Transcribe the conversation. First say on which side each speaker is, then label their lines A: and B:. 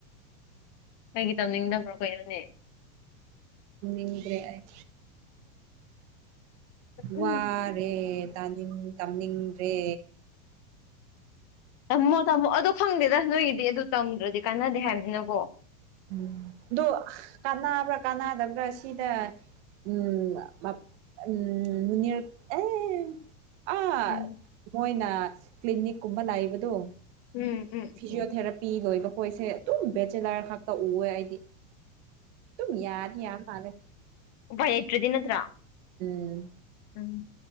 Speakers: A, on the left; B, on the right.
A: ꯀꯩꯒꯤ ꯇꯝꯅꯤꯡꯗꯕ꯭ꯔꯣ ꯀꯩꯅꯣꯅꯦ
B: ꯉꯝꯅꯤꯡꯗ꯭ꯔꯦ ꯑꯩ ꯋꯥꯔꯦ
A: ꯎꯝ
B: ꯇꯥꯅꯤꯡ ꯇꯝꯅꯤꯡꯗ꯭ꯔꯦ
A: ꯇꯝꯃꯣ ꯇꯝꯃꯣ ꯑꯗꯨ ꯈꯪꯗꯦꯗ ꯅꯣꯏꯒꯤꯗꯤ ꯑꯗꯨ ꯇꯝꯗ꯭ꯔꯗꯤ ꯀꯥꯅꯗꯦ ꯍꯥꯏꯕꯅꯤꯅꯀꯣ
B: ꯎꯝ ꯑꯗꯣ ꯀꯥꯟꯕ꯭ꯔꯥ ꯀꯥꯅꯗꯕ꯭ꯔꯥ ꯁꯤꯗ ꯎꯝ <unintelligible> ꯃꯨꯅ꯭ꯌꯔ ꯑꯦ ꯑꯥ
A: ꯎꯝ
B: ꯃꯣꯏꯅ ꯀ꯭ꯂꯤꯅꯤꯛꯀꯨꯝꯕ ꯂꯥꯏꯕꯗꯣ
A: ꯎꯝ ꯎꯝ
B: ꯐꯤꯖꯤꯑꯣꯊꯦꯔꯥꯄꯤ
A: ꯎꯝ
B: ꯂꯣꯏꯕ ꯈꯣꯏꯁꯦ ꯑꯗꯨꯝ ꯕꯦꯆꯦꯂꯔ ꯈꯛꯇ ꯎꯋꯦ ꯑꯩꯗꯤ ꯇꯨꯝ ꯌꯥꯗꯤ ꯌꯥ ꯃꯂꯦ
A: ꯎꯕꯥꯏ ꯂꯩꯇ꯭ꯔꯗꯤꯅꯠꯇ꯭ꯔꯥ
B: ꯎꯝ
A: ꯎꯝ